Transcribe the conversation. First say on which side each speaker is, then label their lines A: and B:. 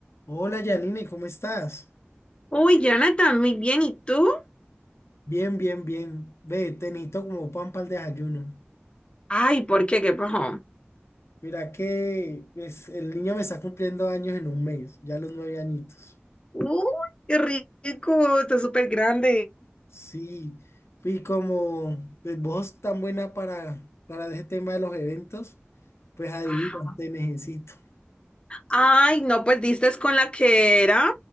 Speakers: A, on the left; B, on the left.
A: Hola Janine, ¿cómo estás?
B: Uy, Jonathan, muy bien. ¿Y tú?
A: Bien, bien, bien. Ve, te necesito como pan para el desayuno.
B: Ay, ¿por qué? ¿Qué pasó?
A: Mira que pues, el niño me está cumpliendo años en un mes, ya los nueve añitos.
B: Uy, qué rico, está súper grande.
A: Sí, y como pues, vos sos tan buena para, para ese tema de los eventos, pues adivina,
B: Ajá.
A: te necesito.
B: Ay, no, pues diste con la que era.